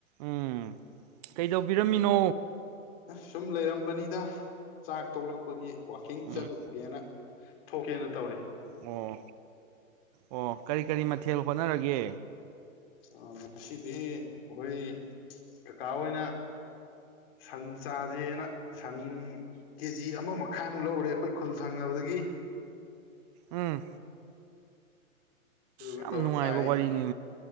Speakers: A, on the right; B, on the left.
A: ꯎꯝ ꯀꯩꯗꯧꯕꯤꯔꯝꯃꯤꯅꯣ
B: ꯁꯨꯝ ꯂꯩꯔꯝꯕꯅꯤꯗ ꯆꯥꯛ ꯇꯣꯛꯂꯛꯄꯒꯤ ꯋꯥꯀꯤꯡ
A: ꯎꯝ
B: ꯆꯠꯂꯨꯒꯦꯅ ꯊꯣꯛꯀꯦꯅ ꯇꯧꯔꯦ
A: ꯑꯣ ꯑꯣ ꯀꯔꯤ ꯀꯔꯤ ꯃꯊꯦꯜ ꯍꯣꯠꯅꯔꯒꯦ
B: ꯑ ꯁꯤꯗꯤ ꯑꯩꯈꯣꯏ ꯀꯀꯥ ꯑꯣꯏꯅ ꯁꯟ ꯆꯥꯁꯦꯅ ꯁꯟ ꯀꯦꯖꯤ ꯑꯃꯃ ꯈꯥꯏꯃꯨꯛ ꯂꯧꯔꯦ ꯑꯩꯈꯣꯏ ꯈꯨꯜ ꯊꯪꯉꯕꯗꯒꯤ
A: ꯑꯥ
B: ꯑꯗꯨꯗꯨꯒ
A: ꯌꯥꯝ
B: ꯇꯧꯔ
A: ꯅꯨꯡꯉꯥꯏꯕ
B: ꯆꯥꯏ
A: ꯋꯥꯔꯤꯉ